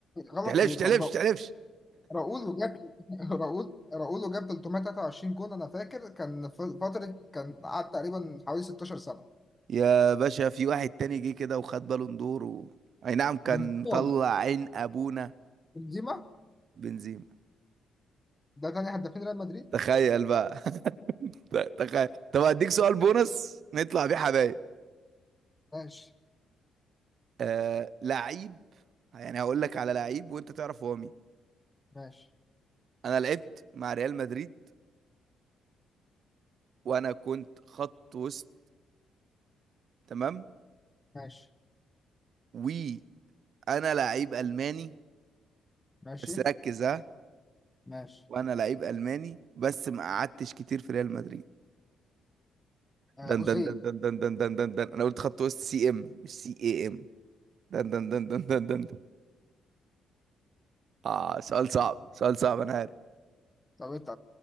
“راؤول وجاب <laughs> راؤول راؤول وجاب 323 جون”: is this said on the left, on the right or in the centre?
Left